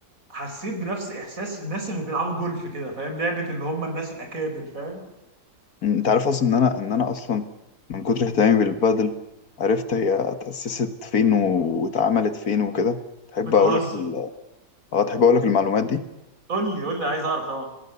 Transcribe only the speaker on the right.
حسيت بنفس احساس الناس اللي بيلعبوا جولف كده فاهم لعبه اللي هم الناس الاكابر فاهم
بتهزر
قول لي قول لي عايز اعرف طبعا